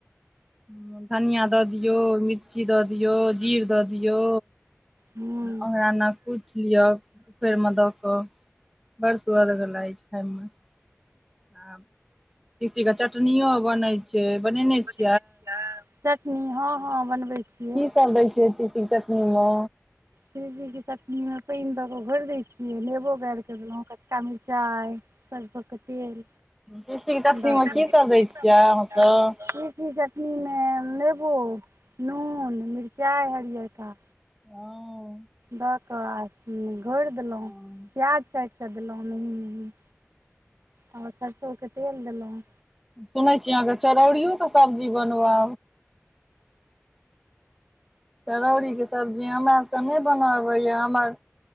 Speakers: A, in the centre; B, on the right.
A: हां धनिया दऽ दियौ मिर्ची दऽ दियौ जीर दऽ दियौ।
B: हूँ
A: ओकरा ऐना कुटि लिओ उखरिमे दऽ कऽ। बड़ सुवदगर लागै छै, खायमे आ तीसी के चटनियो बनैय छैय, बनेने छि
B: बनबै छियै, चटनी हां हां बनबै छियै।
A: तैय दै छियै, तीसी के चटनी मे
B: तीसीके चटनीमे पइन दऽ कऽ घोरि दैय छियै, नेबो गरि कऽ देलहुँ कच्चका मिर्चाई सरसो के तेल
A: तीसीके चटनीमे
B: द कऽ तीसी के चटनी में की सब
A: छियै
B: दै
A: अहाँसभ
B: छियै। तीसी चटनीमे नेेबो, नून, मिरचाइ हरियरका
A: हां
B: दऽ कऽ आ घोरि देलहुँ
A: हुँ
B: प्याज काट क देलहुँ मेही आ सरसोके तेल देलऊ।
A: सुनै छियै, अहाँके चरौरियोके सब्जी बनब आ चरौड़ी के सब्जी हमरा सब के नै बनाबे य हमर